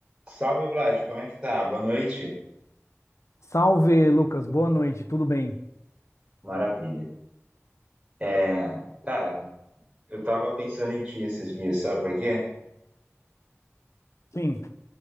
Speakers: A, on the right; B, on the left.
A: Salve, Vlad, como é que tá? Boa noite.
B: Salve, Lucas. Boa noite. Tudo bem?
A: Maravilha. É, cara, eu tava pensando em ti esses dias, sabe por quê?
B: Sim.